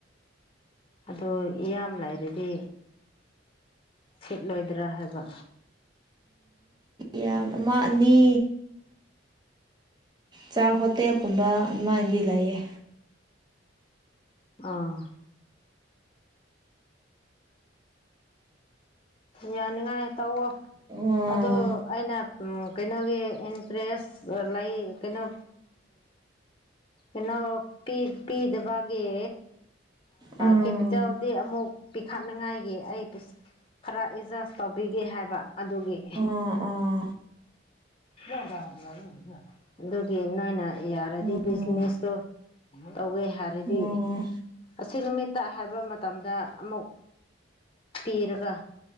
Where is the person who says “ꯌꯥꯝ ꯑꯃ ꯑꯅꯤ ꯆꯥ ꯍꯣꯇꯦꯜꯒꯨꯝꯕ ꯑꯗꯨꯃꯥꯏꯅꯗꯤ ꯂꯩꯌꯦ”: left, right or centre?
Right